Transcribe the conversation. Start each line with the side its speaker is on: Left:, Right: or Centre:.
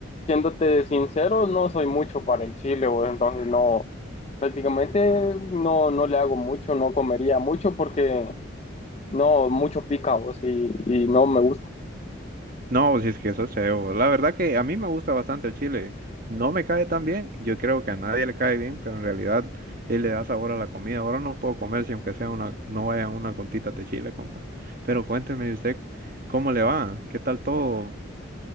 Left: siéndote sincero, no soy mucho para el chile, pues, entonces no, prácticamente no, no le hago mucho, no comería mucho porque... No, mucho pica vos y, y no me gusta.
Right: No, pues si es que eso es cebo. La verdad que a mí me gusta bastante el chile. No me cae tan bien, yo creo que a nadie le cae bien, pero en realidad él le da sabor a la comida. Ahora no puedo comer si aunque sea una, no vaya una gotita de chile, compa. Pero cuénteme usted cómo le va, qué tal todo,